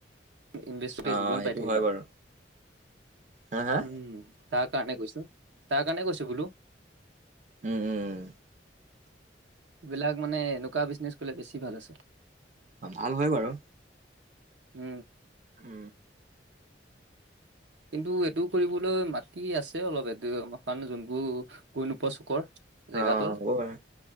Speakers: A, on the right; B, on the right.
A: ইনভেষ্টততে গোটেই
B: অ'
A: জীৱন
B: সেইটো
A: পাই থাকিবা
B: হয় বাৰু হা হা
A: উম তাৰ কাৰণে কৈছো তাৰ কাৰণে কৈছো বোলো
B: উম উম
A: সেইবিলাক মানে এনেকুৱা বিজনেছ কৰিলে বেছি ভাল আছে
B: অ ভাল হয় বাৰু
A: উ
B: উ
A: কিন্তু এইটো কৰিবলৈ মাটি আছে অলপ এক বিঘা মানৰ যোনবোৰ গৈ নোপোৱা চুকৰ জেগাটোৰ
B: অ হ'ব পাৰে